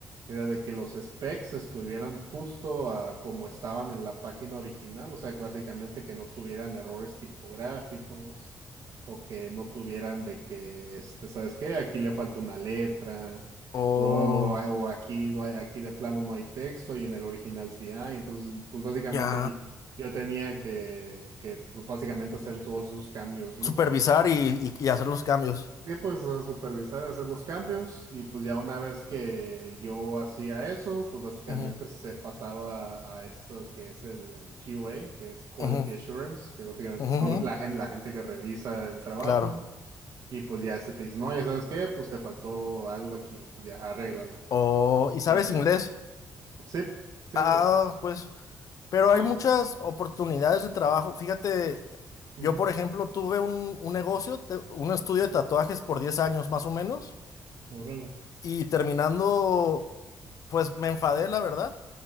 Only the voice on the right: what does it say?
era de que los specs estuvieran justo a como estaban en la página original, o sea, que básicamente que no tuvieran errores tipográficos o que no tuvieran de que, este, ¿sabes qué? Aquí le falta una letra
o, o, o aquí no hay, aquí de plano no hay texto y en el original sí hay. Entonces, pues básicamente
yo tenía que, que pues, básicamente hacer todos esos cambios, ¿no?
Sí, pues a supervisar, hacer los cambios y pues ya una vez que yo hacía eso, pues básicamente
se pasaba a esto que es el, el QA, que es Quality
Assurance, que básicamente
son
la gente, la gente que revisa el trabajo
y pues ya se te dice, no, ya sabes qué, pues te faltó algo aquí, pues ya arréglalo.
Y así.
Sí, sí,
pues
no.
Ujú.
Órale.